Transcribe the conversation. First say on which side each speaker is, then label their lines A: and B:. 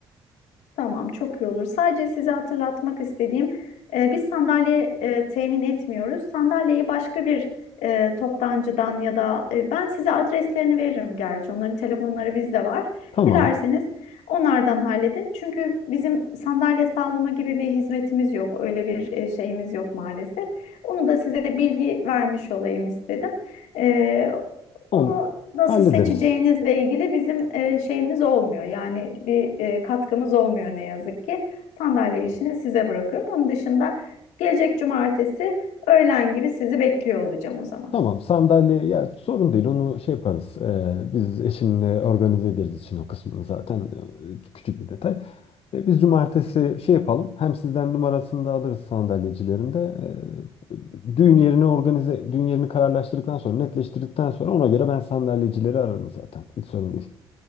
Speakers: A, on the left; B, on the left.
A: Tamam, çok iyi olur. Sadece size hatırlatmak istediğim, e, biz sandalye e, temin etmiyoruz. Sandalyeyi başka bir e, toptancıdan ya da e, ben size adreslerini veririm gerçi. Onların telefonları bizde var.
B: Tamam.
A: Dilerseniz onlardan halledin. Çünkü bizim sandalye sağlama gibi bir hizmetimiz yok. Öyle bir e, şeyimiz yok maalesef. Onu da size bilgi vermiş olayım istedim. E, onu
B: On
A: nasıl
B: hallederiz.
A: seçeceğinizle ilgili bizim e, şeyimiz olmuyor. Yani bir e, katkımız olmuyor ne yazık ki. Sandalye işini size bırakıyorum. Onun dışında gelecek cumartesi öğlen gibi sizi bekliyor olacağım o zaman.
B: Tamam sandalye ya sorun değil onu şey yaparız. Ee, biz eşimle organize ederiz için o kısmını zaten e, küçük bir detay. E, biz cumartesi şey yapalım. Hem sizden numarasını da alırız sandalyecilerin de. E, düğün yerini organize düğün yerini kararlaştırdıktan sonra netleştirdikten sonra ona göre ben sandalyecileri ararım zaten. Hiç sorun değil.